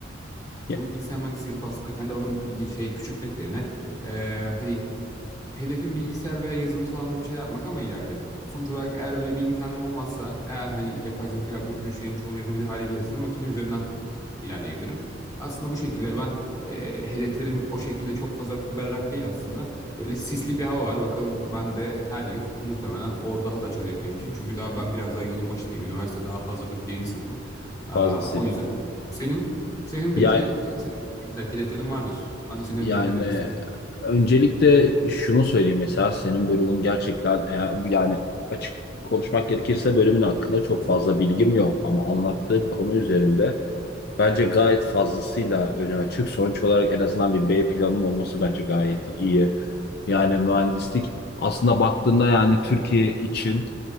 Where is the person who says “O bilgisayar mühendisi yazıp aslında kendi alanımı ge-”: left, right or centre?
Left